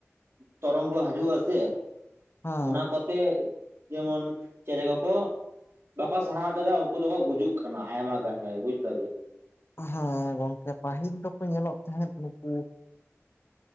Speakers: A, on the right (about 60°); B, on the left (about 50°).
A: ᱛᱚᱨᱚᱝᱜᱚ ᱦᱤᱡᱩᱜ-ᱟ ᱥᱮ
B: ᱦᱮᱸ
A: ᱚᱱᱟ ᱠᱚᱛᱮ ᱡᱮᱢᱚᱱ ᱪᱮᱬᱮ ᱠᱚ ᱠᱚ ᱵᱟᱠᱚ ᱥᱟᱦᱟᱣ ᱫᱟᱲᱮᱭᱟᱜᱼᱟ ᱩᱱᱠᱩ ᱫᱚᱠᱚ ᱜᱩᱡᱩᱜ ᱠᱟᱱᱟ ᱟᱭᱢᱟ ᱜᱟᱱ ᱜᱮ ᱵᱩᱡ ᱫᱟᱵᱤᱱ
B: ᱦᱮᱸ ᱜᱚᱝᱠᱮ ᱯᱟᱹᱦᱤᱞ ᱫᱚᱠᱚ ᱧᱮᱞᱚᱜ ᱛᱟᱦᱮᱸᱫ ᱱᱩᱠᱩ